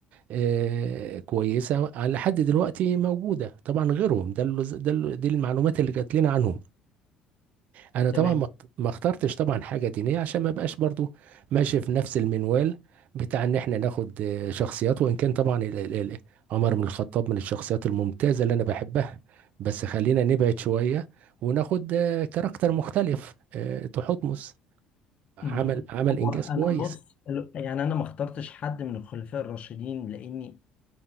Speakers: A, on the right; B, on the left.
A: آه، كويسه على حد دلوقتي موجوده طبعا غيرهم ده اللي ده اللي دي المعلومات اللي جات لنا عنهم انا طبعا
B: تمام
A: ما ما اخترتش طبعا حاجه دينيه عشان ما بقاش برضو ماشي في نفس المنوال بتاع ان احنا ناخد آه، شخصيات وان كان طبعا ال- ال- ال- عمر بن الخطاب من الشخصيات الممتازه اللي انا بحبها بس خلينا نبعد شويه وناخد آه، كاركتر مختلف آه، تحتمس عمل
B: أمم.
A: عمل
B: هو
A: انجاز
B: انا
A: كويس
B: بص ال- يعني انا ما اخترتش حد من الخلفاء الراشدين لاني